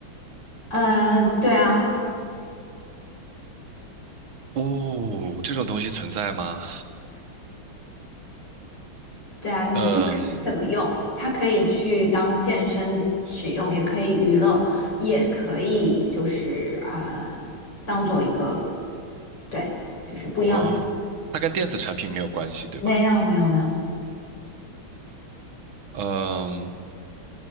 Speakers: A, on the left (about 55°); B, on the right (about 90°).
A: 呃，对啊，
B: 哦，这种东西存在吗？
A: 对啊，你就看怎么用，
B: 嗯。
A: 它可以去当健身使用，也可以娱乐，也可以就是呃，当做一个，对，就是不一样的，
B: 哇，它跟电子产品没有关系，对吧？
A: 没有，没有，没有。
B: 嗯，